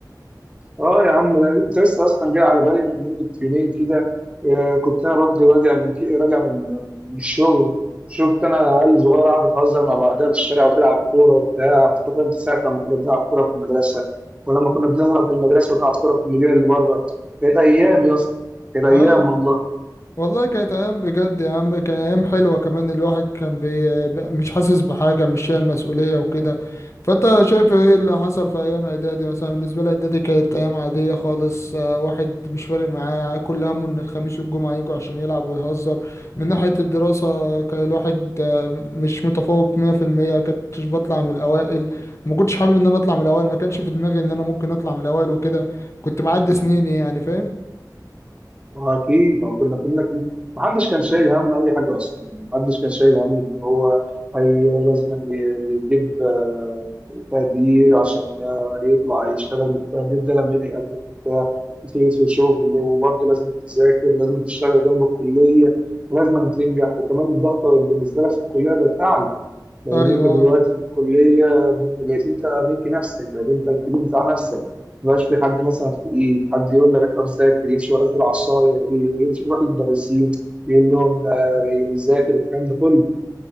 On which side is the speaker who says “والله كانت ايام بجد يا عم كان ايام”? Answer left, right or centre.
Left